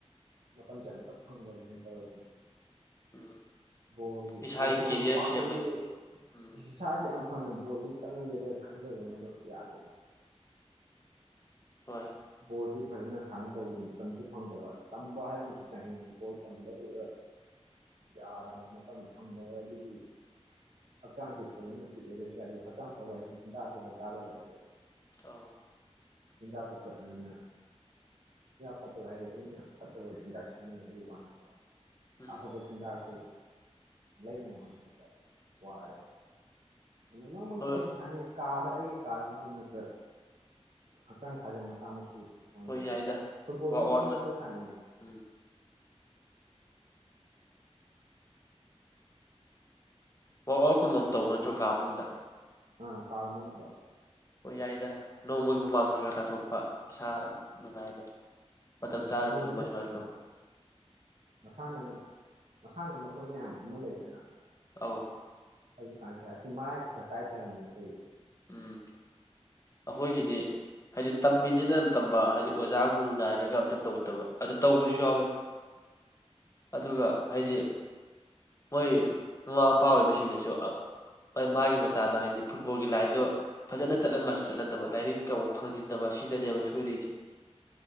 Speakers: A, on the right (about 80°); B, on the left (about 30°).
A: ꯃꯇꯝꯁꯦ ꯑꯃꯇ ꯐꯪꯗꯕ ꯍꯥꯏꯅ ꯇꯧꯔꯤꯁꯦ
B: ꯎꯝ
A: ꯕꯣꯜ
B: ꯏꯁꯥꯒꯤ
A: ꯕꯣꯜꯁꯦ ꯌꯥꯝ
B: ꯀꯦꯔꯤꯌꯔ
A: ꯄꯥꯝꯅꯗꯤ
B: ꯁꯦꯝꯕ ꯎꯝ
A: ꯏꯁ ꯏꯁꯁꯤ ꯌꯥꯝ ꯐꯅ ꯣꯜꯁꯤ ꯆꯪꯉꯒꯦꯗ ꯈꯟꯖꯕꯅꯤ ꯑꯗꯣ ꯌꯥꯗꯣꯏꯅꯦ
B: ꯍꯣꯏ
A: ꯕꯣꯜꯁꯤ ꯐꯖꯅ ꯁꯥꯟꯅꯗꯧꯗ ꯃꯇꯝꯁꯨ ꯐꯪꯗꯕ ꯇꯝꯕ ꯍꯥꯏꯗꯅꯁꯨ ꯆꯪꯉꯤ ꯕꯣꯜ ꯇꯝꯕꯗꯨ ꯌꯥꯗꯕ ꯃꯇꯝ ꯐꯪꯗꯕ ꯑꯗꯒꯤ ꯍꯛꯆꯥꯡꯁꯤ ꯐꯖꯅ ꯐꯤꯠ ꯑꯣꯏꯗꯁꯨ ꯌꯥꯗꯦ ꯍꯛꯆꯥꯡ ꯐꯕ ꯍꯥꯏꯗꯤ ꯆꯤꯟꯖꯥꯛ ꯐꯕ ꯆꯥꯗꯕ ꯌꯥꯗꯦ
B: ꯇꯣ
A: ꯆꯤꯟꯖꯥꯛꯇꯨ ꯐꯠꯇꯅꯤꯅ ꯐꯠꯇꯕ ꯍꯥꯏꯔ ꯑꯩꯅ ꯐꯠꯇꯕ ꯆꯤꯟꯖꯥꯛ ꯁꯤꯖꯤꯟꯅꯩ ꯍꯥꯏꯕꯛ ꯋꯥ ꯅꯠꯇꯅꯥ
B: ꯎꯝ
A: ꯑꯐꯥꯕ ꯆꯤꯟꯖꯥꯛꯇꯨ ꯂꯩꯅꯦꯉꯥꯢ ꯍꯣꯠꯅꯕꯗꯥ ꯋꯥꯔꯦ ꯑꯗ ꯃꯔꯛ ꯃꯔꯛꯇ
B: ꯍꯣꯏ
A: ꯑꯩꯁꯨ ꯁꯥꯟꯅꯩ꯫ ꯀꯥꯗ ꯑꯩꯒꯤ ꯀꯥꯗ ꯃꯔꯛ ꯃꯔꯛꯇ ꯍꯛꯆꯥꯡ ꯁꯥꯖꯦꯟ ꯃꯆꯥ ꯃꯁꯨ ꯑꯣꯏꯅ
B: ꯍꯣꯏ ꯌꯥꯏꯗ
A: ꯐꯨꯠꯕꯣꯜꯁꯨ
B: ꯋꯥꯛ
A: ꯃꯔꯛ
B: ꯑꯥꯎꯠ
A: ꯃꯔꯛꯇ ꯁꯥꯟꯅꯩꯌꯦ
B: ꯎꯝ ꯋꯥꯛ ꯑꯥꯎꯇ ꯀꯨꯝꯕꯝ ꯇꯧꯒ ꯅꯠꯇ꯭ꯔꯣ ꯀꯥ ꯃꯅꯨꯡꯗ
A: ꯑ ꯀꯥꯂꯃꯅꯨꯡ ꯗ
B: ꯍꯣꯌ ꯌꯥꯏꯗ ꯅꯣꯡꯃꯒꯤ ꯍꯨꯃꯥꯡ ꯈꯔ ꯈ ꯇꯥꯊꯣꯛꯄ ꯏꯁꯥ ꯅꯨꯡꯉꯥꯏꯅ ꯃꯇꯝ ꯆꯥꯅ
A: ꯐꯨꯠ ꯕꯣꯜ
B: ꯇꯨꯝꯕ
A: ꯗꯥ ꯅꯠꯇꯦꯗꯥ
B: ꯁꯨꯃꯥꯏꯅ ꯇꯧ
A: ꯃꯁꯥꯟꯅꯥ ꯃꯁꯥꯟꯅ ꯃꯈꯜ ꯃꯌꯥꯝ ꯑꯃ ꯂꯩꯗꯅ
B: ꯑ
A: ꯍꯧꯖꯤꯛꯀꯥꯟꯁꯤꯦ ꯑꯁꯤ ꯃꯔꯥꯏ ꯈꯛ ꯈ ꯆꯥꯏꯊꯔꯝꯃꯦ ꯑꯩꯈꯣꯏꯒꯤꯗꯤ
B: ꯎꯝ ꯑꯩꯈꯣꯏꯒꯤꯗꯤ ꯍꯥꯏꯗꯤ ꯇꯝꯃꯤꯅꯤꯅ ꯑꯝ ꯇꯝꯕ ꯍꯥꯏꯗꯤ ꯑꯣꯖꯥ ꯒꯨꯔꯨ ꯅꯥꯏꯔꯒ ꯑꯝꯇ ꯇꯧꯗꯕ ꯑꯗꯨ ꯇꯧꯕꯁꯨ ꯌꯥꯎꯋꯦ ꯑꯗꯨꯒ ꯍꯥꯏꯗꯤ ꯃꯣꯏ ꯃꯃꯥ ꯃꯄꯥ ꯑꯣꯏꯕꯁꯤꯡꯅꯁꯨ ꯃꯥꯒꯤ ꯃꯆꯥꯗꯣ ꯍꯥꯏꯗꯤ ꯐꯨꯠꯕꯣꯜꯒꯤ ꯂꯥꯏꯟ ꯑꯗꯣ ꯐꯖꯅ ꯆꯠꯍꯟ ꯃꯥꯁꯨ ꯆꯠꯍꯟꯗꯕ ꯂꯥꯏꯔꯤꯛ ꯑꯃꯨꯛ ꯐꯪꯖꯤꯟꯗꯕ ꯁꯤꯗꯅꯦꯕ ꯁꯨꯔꯤꯁꯦ